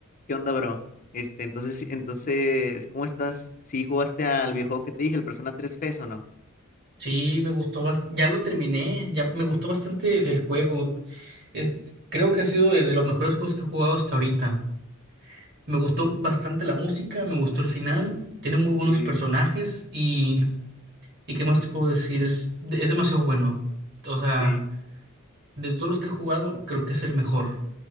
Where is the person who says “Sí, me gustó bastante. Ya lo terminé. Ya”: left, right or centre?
Right